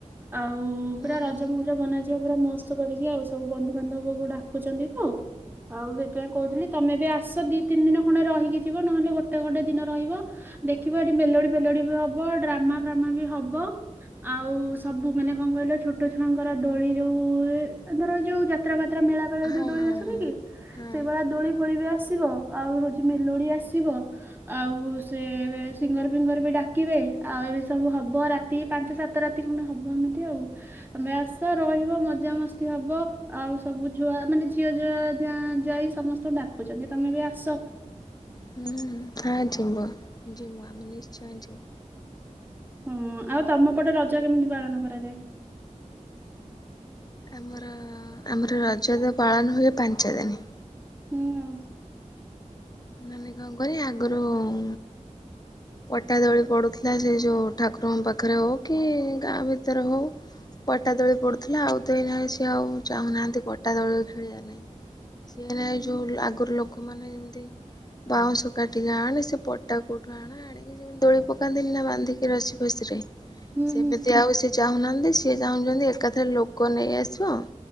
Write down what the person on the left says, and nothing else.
ହଁ
ହଁ
ହଁ
ହଁ
ହଁ
ହୁଁ ହଁ ଯମୁଁ ଯିମୁଁ ଆମେ ନିଶ୍ଚୟ ଯିମୁଁ।
ଆମର ଆମର ରଜ ତ ପାଳନ ହୁଏ ପାଞ୍ଚ ଦିନି।
ମାନେ କଣ କରି ଆଗରୁ ଉଁ ପଟା ଦୋଳି ପଡୁଥିଲା ଯେ ସେ ଯୋଉ ଠାକୁରଙ୍କ ପାଖରେ ହଉ କି ଗାଁ ଭିତରେ ହଉ ପଟା ଦୋଳି ପଡୁଥିଲା। ଆଉ ତ ଏଇନା ସିଏ ଆଉ ଚାହୁଁନାହାନ୍ତି ପଟା ଦୋଳି ଖେଳିବା ନାକି। ସିଏ
ଏଇନା ଯୋଉ ଆଗରୁ ଲୋକମାନେ ଯେମିତି ବାଉଁଶକାଟିକି ଆଣେ ସେ ପଟା କୋଉଠୁ ଆଣ ଆଣିକି ଯେମିତି ଦୋଳି ପକାନ୍ତିନି ନା ବାନ୍ଧିକି ରସି ଫସିରେ। <inaudible>
ସେମିତି ଆଉ ସେ ଯୋ ଚାହୁଁନାହାନ୍ତି ସିଏ ଚାହୁଁଚନ୍ତି ଏକାଥରେ ଲୋକ ନେଇ ଆସିବ